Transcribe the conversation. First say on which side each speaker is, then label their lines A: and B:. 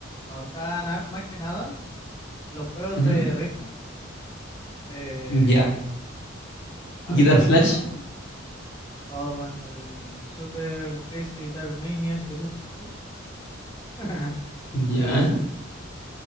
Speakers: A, on the left (about 20°); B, on the left (about 60°).
A: gustaban a- más que nada los juegos
B: <laughs> Ujú,
A: de ritmo. Eh,
B: Ya.
A: había
B: Guitar
A: uno,
B: Flash.
A: oh, bueno, el Super Crazy Guitar Maniac Deluxe 2, <laughs>
B: Ya,
A: juegazo,